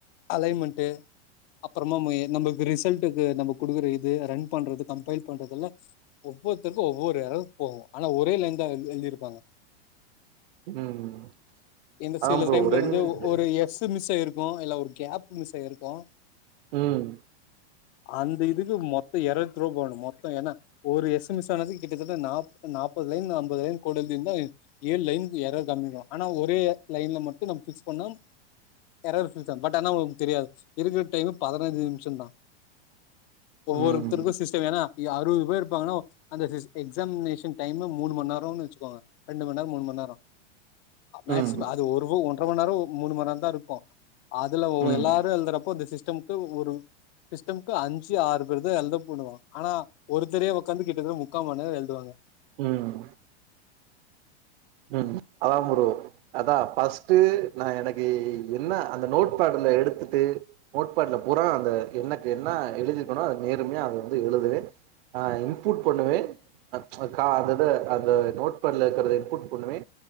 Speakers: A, on the left (about 40°); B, on the right (about 55°).
A: அலைமன்ட்டு அப்புறமா நம்மக்கு ரிசல்ட்டுக்கு நம்ம குடுக்குற இது ரன் பண்றது கம்பைல் பண்றதுல்ல ஒவ்வொருத்தருக்கு ஒவ்வொரு அளவு போகு ஆனா ஒரே லைன்னுதா எழ்திருப்பாங்க
B: ம்
A: இந்த சில
B: ஆம் ப்ரோ
A: டைம்ல
B: ரெண்டு
A: வந்து ஒரு எஸ் மிஸ் ஆயிருக் இருக்குமக்ஷ இல்ல ஒரு கேப் மிஸ் ஆயிருக்கு
B: ம்
A: அந்த இதுக்கு மொத்தோ இரனுத்ரூபா போடணு மொத்தோ ஏனா ஒரு எஸ்ஸன்எஸ் ஆனதுக்கு கிட்டத்தட்ட நா நாப்பது லைன் அம்பது லைன் கோன்டு இருந்தா ஏழு லைன்னுக்கு எரர் காமிக்கு ஆனா ஒரே லைன்ல மட்டு நம்ம ஃபிக்ஸ் பண்ண எரர் பிரிஸ்தா பட் ஆனா உங்களுக்கு தெரியாது இருக்கிற டைம் பதினச்சு நிமிஷந்தா ஒவ்வொரு
B: ம்
A: முடிச்சுட்டேங்கனா அறுவது பேர் இருப்பாங்கன்னா அந்த எக்ஸாமினேஷன் டைம் மூணு மண் நேரோன் வச்சுக்கோங்க ரெண்டு மண் நேரோ மூணு மண் நேரோ மக்சிம
B: ம்
A: அது ஒரு ஒன்றரை மண் நேரோ மூணு மண் நேரோ தா இருக்கு அதுல
B: ம்
A: எல்லாரு எழுதுறப்போ இந்த சிஸ்டம்க்கு ஒரு சிஸ்டம்க்கு அஞ்சு ஆறு பேர்தா எழுத பண்ணுவோ ஆனா ஒருத்தரே உக்காந்து கிட்டத்தட்ட முக்கா மண்ரேரோ எழுதுவாங்க
B: ம் ம் அதா ப்ரோ அதா ஃபஸ்ட்டு நா எனக்கு என்ன அந்த நோட்பட்ல எடுத்துட்டு நோட்பட்ல பூரா அந்த என்ன என்ன எழுதிருக்கனோ அத நேர்மையா அத வந்து எழுதுற ஆ இன்புட் பண்ணுவே கா அந்தத அந்த நோட்பேட்ல இருக்கறத இன்புட் பண்ணுவே